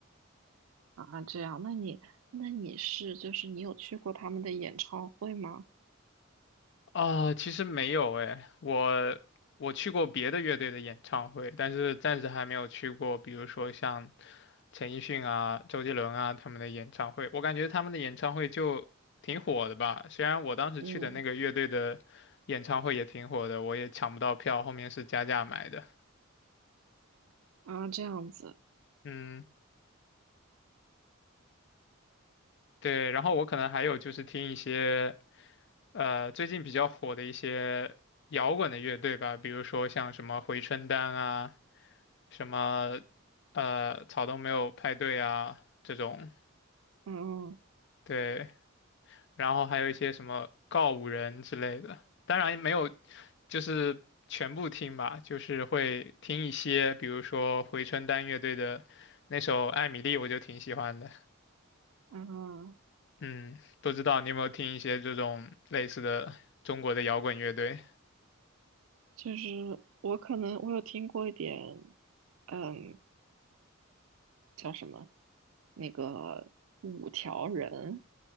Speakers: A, on the right (about 80°); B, on the left (about 55°).
A: 啊，这样，那你那你是就是你有去过他们的演唱会吗？
B: 啊、其实没有诶，我我去过别的乐队的演唱会，但是暂时还没有去过，比如说像陈奕迅啊、周杰伦啊他们的演唱会，我感觉他们的演唱会就挺火的吧。虽然我当时去的那个乐队的演唱会也挺火的，
A: 嗯
B: 我也抢不到票，后面是加价买的。
A: 啊，这样子，
B: 嗯。对，然后我可能还有就是听一些呃最近比较火的一些摇滚的乐队吧，比如说像什么回春丹啊，什么呃草东没有派对啊这种，
A: 嗯嗯。
B: 对，然后还有一些什么告五人之类的，当然没有就是全部听吧，就是会听一些，比如说回春丹乐队的那首《艾米丽》，我就挺喜欢的。
A: 嗯
B: 嗯，不知道你有没有听一些这种类似的中国的摇滚乐队？
A: 就是我可能我有听过一点，嗯，叫什么那个五条人，